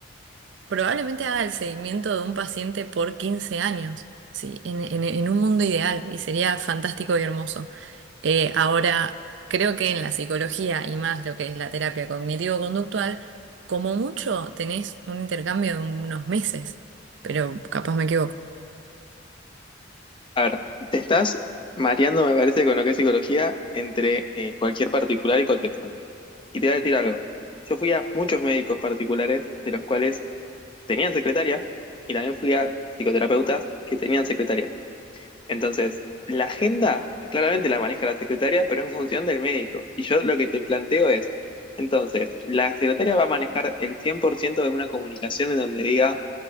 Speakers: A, on the right; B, on the left.
A: Probablemente haga el seguimiento de un paciente por 15 años, sí, en, en- en un mundo ideal y sería fantástico y hermoso. Eh, ahora, creo que en la psicología y más lo que es la terapia cognitivo-conductual, como mucho tenés un intercambio de unos meses, pero capaz me equivoco.
B: A ver, te estás mareando, me parece, con lo que es psicología entre eh, cualquier particular y cualquier santo. Y te voy a decir algo. Yo fui a muchos médicos particulares de los cuales tenían secretaria y también fui a psicoterapeutas que tenían secretaria. Entonces, la agenda claramente la maneja la secretaria, pero en función del médico. Y yo lo que te planteo es, entonces, la secretaria va a manejar el 100% de una comunicación en donde diga,